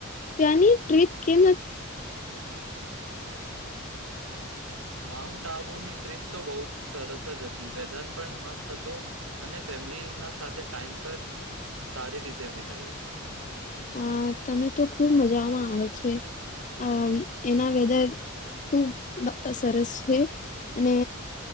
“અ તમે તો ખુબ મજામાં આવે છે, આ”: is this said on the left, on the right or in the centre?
Left